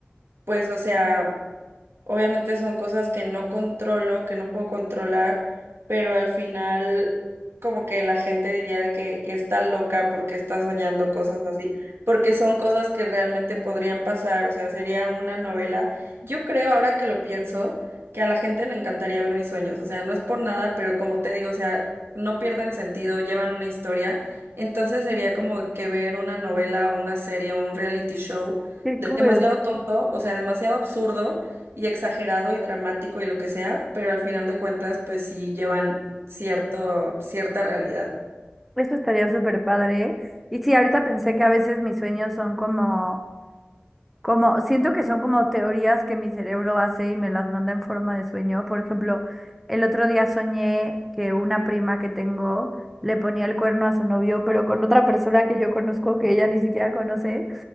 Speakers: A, on the right (about 80°); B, in the centre.
A: pues o sea, Obviamente son cosas que no controlo, que no puedo controlar, pero al final como que la gente diría de que está loca porque está soñando cosas así, porque son cosas que realmente podrían pasar, o sea, sería una novela. Yo creo, ahora que lo pienso, que a la gente le encantaría ver mis sueños, o sea, no es por nada, pero como te digo, o sea, no pierden sentido, llevan una historia, entonces sería como que ver una novela, una serie, un reality show
B: Qué
A: de-
B: cool.
A: demasiado tonto, o sea, demasiado absurdo y exagerado y dramático y lo que sea, pero al final de cuentas, pues sí llevan cierto, cierta realidad.
B: Eso estaría súper padre. Y sí, ahorita pensé que a veces mis sueños son como Como, siento que son como teorías que mi cerebro hace y me las manda en forma de sueño. Por ejemplo, el otro día soñé que una prima que tengo le ponía el cuerno a su novio, pero con otra persona que yo conozco que ella ni siquiera conoce.